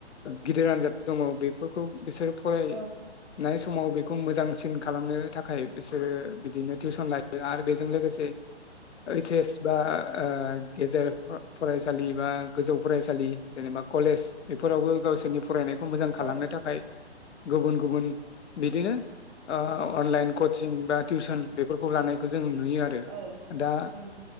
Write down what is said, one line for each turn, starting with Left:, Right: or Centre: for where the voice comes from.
Left: गिदिर आनजाद दङ बे फोरखौ बिसोरो फरायनाय
Right: औ
Left: समाव बेखौ मोजांसिन खालामनो थाखाय बिसोरो बिदिनो टिउसन लायो आरो बेजों लोगोसे ओइ सेस बा ओ गेजेर फरायसालि बा गोजौ फरायसालि जेनेबा कलेज बेफोरावबो ग गावसोरनि फरायनायखौ मोजां
Right: औ
Left: खालामनो थाखाय गुबुन गुबुन बिदिनो ओ अनलाइन कचिं बा टिउसन बेफोरखौ लानायखौ जों नु नुयो आरो
Right: औ औ
Left: दा
Right: उम